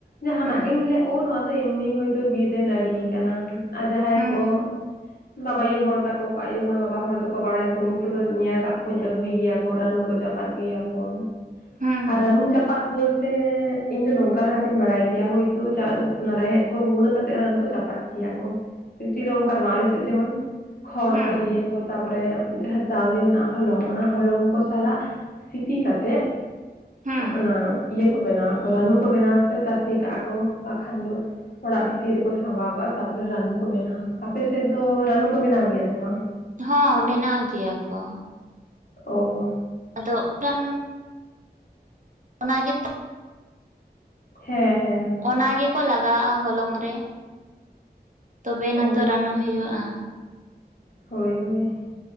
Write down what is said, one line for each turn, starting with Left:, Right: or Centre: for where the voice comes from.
Left: ᱡᱟᱦᱟᱱᱟᱜ
Right: ᱦᱩᱸ
Left: ᱜᱮᱢ ᱞᱟᱹᱭ ᱱᱚᱣᱟ ᱫᱚ ᱮᱢᱱᱤ ᱦᱚᱭᱛᱳ ᱵᱤᱨ ᱨᱮ ᱱᱟᱹᱲᱤᱭ ᱠᱟᱱᱟ ᱟᱨ ᱡᱟᱦᱟᱸᱭ
Right: ᱦᱩᱸ
Left: ᱠᱚ
Right: ᱦᱩᱸ
Left: ᱵᱟᱵᱟᱣᱳ ᱟᱭᱩ ᱦᱚᱲ ᱛᱟᱠᱚ ᱠᱚ ᱟᱭᱩ ᱦᱚᱲ ᱵᱟᱵᱟ ᱦᱚᱲ ᱫᱚᱠᱚ ᱵᱟᱲᱟᱭᱟᱠᱚ ᱩᱱᱠᱩ ᱫᱚ ᱧᱮᱞ ᱟᱠᱟᱫ ᱠᱚᱣᱟᱹᱧ ᱟᱹᱜᱩᱭ ᱜᱮᱭᱟ ᱠᱚ᱾ ᱨᱟᱱᱩ ᱠᱚ ᱪᱟᱯᱟᱫ ᱜᱮᱭᱟ ᱠᱚ
Right: ᱦᱩᱸ
Left: ᱟᱨ
Right: ᱦᱩᱸ
Left: ᱨᱟᱱᱩ ᱪᱟᱯᱟᱫ ᱪᱟᱯᱟᱫ ᱵᱩᱞ ᱛᱮᱻ ᱤᱧ ᱫᱚ ᱱᱚᱝᱠᱟ ᱞᱟᱦᱟ ᱛᱤᱧ ᱵᱟᱲᱟᱭ ᱠᱮᱭᱟ ᱦᱚᱭᱛᱚ ᱚᱱᱟ ᱨᱮᱦᱮᱫᱽ ᱠᱚᱠᱚ ᱜᱩᱸᱫᱟᱹ ᱠᱟᱛᱮ ᱪᱟᱯᱟᱫ ᱜᱮᱭᱟ ᱠᱚ ᱚᱱᱠᱟ ᱫᱚ ᱵᱟᱱᱜ ᱵᱤᱥᱤ ᱫᱚ ᱟᱞᱮᱥᱮᱫ ᱡᱮᱢᱚᱱ ᱠᱷᱚᱲ
Right: ᱦᱩᱸ
Left: ᱠᱚ ᱤᱭᱟᱹ ᱟᱠᱚ ᱛᱟᱯᱚᱨᱮ ᱡᱟᱦᱟᱸ ᱪᱟᱣᱞᱮ ᱨᱮᱱᱟᱜ ᱦᱚᱞᱚᱝ ᱚᱱᱟ ᱦᱚᱞᱚᱝ ᱠᱚ ᱥᱟᱞᱟᱜ ᱥᱤᱯᱤ ᱠᱟᱛᱮᱜ
Right: ᱦᱩᱸ
Left: ᱚᱱᱟ ᱤᱭᱟᱹ ᱠᱚ ᱵᱮᱱᱟᱣᱟ ᱨᱟᱱᱩ ᱠᱚ ᱵᱮᱱᱟᱣ ᱛᱮ ᱛᱟᱥᱮ ᱠᱟᱜᱼᱟ ᱠᱚ ᱵᱟᱠᱷᱟᱱ ᱫᱚ ᱚᱲᱟᱜ ᱵᱷᱤᱛᱤᱨ ᱨᱮᱠᱚ ᱥᱟᱢᱵᱟᱣ ᱠᱟᱜᱼᱟ ᱛᱟᱨᱯᱚᱨᱮ ᱨᱟᱹᱱᱩ ᱠᱚ ᱵᱮᱱᱟᱣᱟ ᱟᱯᱮ ᱥᱮᱫ ᱫᱚ ᱨᱟᱹᱱᱩ ᱠᱚ ᱵᱮᱱᱟᱣ ᱜᱮᱭᱟ ᱥᱮ ᱵᱟᱝ
Right: ᱦᱚᱸ ᱵᱮᱱᱟᱣ ᱜᱮᱭᱟ ᱠᱚ
Left: ᱚᱻ
Right: ᱟᱫᱚ ᱮ ᱠᱷᱟᱱ ᱚᱱᱟᱜᱮ <inaudible>
Left: ᱦᱮᱸ ᱦᱮᱸ
Right: ᱚᱱᱟ ᱜᱮᱠᱚ ᱞᱟᱜᱟᱣᱟᱜᱼᱟ ᱦᱚᱞᱚᱝ ᱨᱮ ᱛᱚᱵᱮᱱᱟ
Left: ᱚ
Right: ᱛᱚ ᱨᱟᱱᱩ ᱦᱩᱭᱩᱜᱼᱟ᱾
Left: ᱦᱳᱭ ᱦᱳᱭ